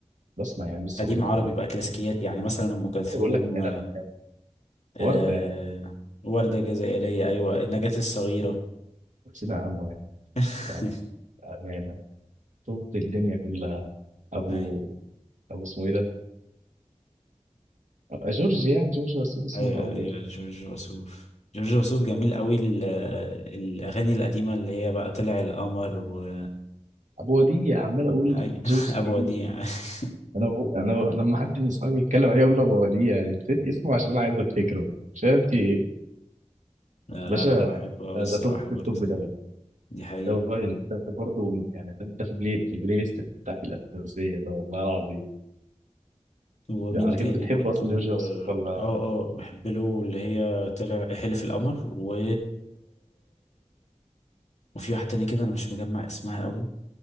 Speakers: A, on the right; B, on the left.
A: بسمع يعني لسه
B: قديم
A: بقول لك
B: عربي
A: مرة
B: بقى كلاسيكيات يعني مثلا ام كلثوم
A: بقول لك أنا الحكاية
B: آه،
A: وردة يعني
B: وردة جزائرية ايوه النجاة الصغيرة
A: نسينا عم واحد
B: <laughs>
A: بعد أمانة طب الدنيا كلها أبو
B: ايوه
A: أبو اسمه إيه ده؟ أبو- جورج يعني جورج بس اسمه
B: ايوه
A: أو
B: ايوه جورج وسوف جورج وسوف جميل قوي ال- الاغاني القديمه اللي هي بقى طلع القمر و
A: أبو وديع عمال أقول
B: أي...
A: جورج
B: <laughs> ابو
A: إيه
B: وديع
A: ده؟
B: <laughs>
A: أنا بقول- أنا لما حد من صحابي يتكلم عليه أقول له أبو وديع يعني نسيت اسمه عشان أنا عايز أفتكره مش فاهم في إيه
B: لا
A: باشا
B: لا انا بحبه قوي
A: ده
B: الصراحه
A: ده توب
B: برضه
A: التوب ده
B: دي حقيقه
A: ده هو اللي ده برضه يعني ده ده في البلاي في البلاي ليست بتاعتي الأساسية ده والله العظيم
B: ومين
A: ده على
B: تاني
A: كده بتحب
B: برضه
A: أصلا جورج وسوف ولا
B: اه اه بحب له اللي هي طلع حلف القمر و وفي واحده تانية كده انا مش مجمع اسمها قوي